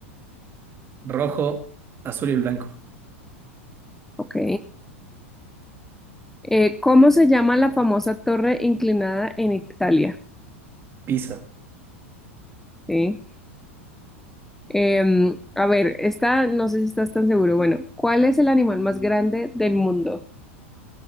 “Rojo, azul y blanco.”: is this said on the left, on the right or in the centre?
Right